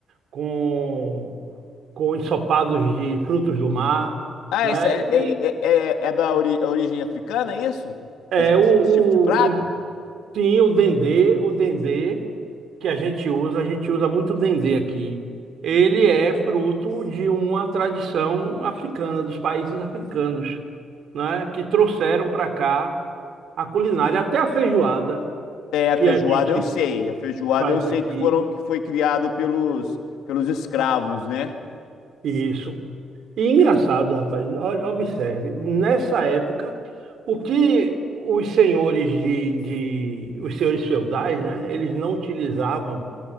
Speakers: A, on the right; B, on the left.
A: com, com ensopados de frutos do mar,
B: Ah,
A: né?
B: essa é,
A: E
B: é, é, é- é da ori- origem africana, é isso?
A: eh,
B: Esse,
A: o,
B: esse tipo de prato?
A: o, Sim, o dendê, o dendê que a gente usa, a gente usa muito dendê aqui. Ele é fruto de uma tradição africana, dos países africanos, né, que trouxeram para cá a culinária, até a feijoada
B: É, a
A: que
B: feijoada
A: a gente
B: eu sei. A feijoada
A: faz
B: eu sei
A: aqui,
B: que foram que foi criado pelos pelos escravos, né?
A: isso. E engraçado, rapaz, olha, observe, nessa época, o que os senhores de, de, os senhores feudais, né, eles não utilizavam